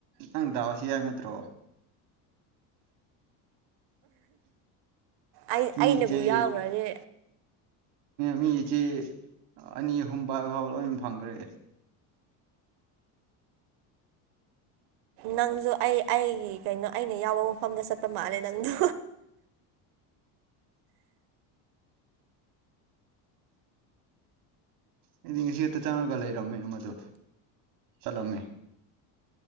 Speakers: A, on the right (about 80°); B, on the right (about 65°).
A: ꯅꯪ ꯗꯥꯎꯁꯤ ꯍꯥꯏꯕ ꯅꯠꯇ꯭ꯔꯣ
B: ꯑꯩ
A: ꯃꯤ
B: ꯑꯩꯅꯕꯨ
A: ꯏꯆꯦ
B: ꯌꯥꯎꯈ꯭ꯔꯗꯤ
A: ꯃꯤ ꯢꯆꯦ ꯑꯅꯤ ꯑꯍꯨꯝ ꯄꯥꯏꯕꯐꯥꯎ ꯂꯣꯏ ꯐꯪꯈ꯭ꯔꯦ
B: ꯅꯪꯁꯨ ꯑꯩ ꯑꯩꯒꯤ ꯀꯩꯅꯣ ꯑꯩꯅ ꯌꯥꯎꯕ ꯃꯐꯝꯗ ꯆꯠꯄ ꯃꯥꯜꯂꯦ ꯅꯪꯗꯣ
A: ꯑꯩꯗꯤ ꯉꯁꯤ ꯈꯥꯛꯇ ꯆꯪꯉꯒ ꯂꯩꯔꯝꯃꯦ ꯃꯗꯨ ꯆꯠꯂꯝꯃꯦ